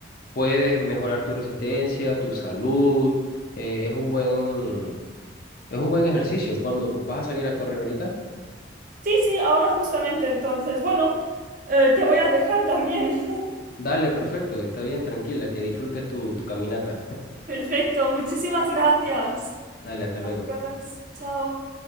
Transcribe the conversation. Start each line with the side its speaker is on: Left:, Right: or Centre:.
Left: puedes mejorar tu resistencia, tu salud, eh, es un buen, es un buen ejercicio. Cuando vas a salir a correr ahorita,
Right: Sí, sí, ahora justamente entonces. Bueno, eh, te voy a dejar también. <laughs>
Left: dale, perfecto, está bien, tranquila, que disfrutes tu, tu caminata.
Right: Perfecto, muchísimas gracias.
Left: Dale, hasta luego.
Right: Adiós, chao.